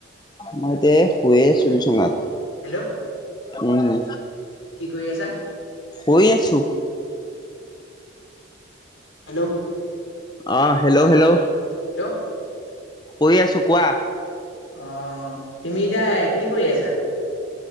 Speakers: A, on the left; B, on the left.
A: মই এতিয়া শুয়ে আছোঁ বিচনাত।
B: হেল্ল'।
A: উমঁ।
B: কি কৰি আছা?
A: শুই আছো।
B: হেল্ল'
A: অঁ', হেল্ল', -হেল্ল',
B: হেল্ল'
A: শুই আছো, কোৱা?
B: অঁ', তুমি এতিয়া কি কৰি আছা?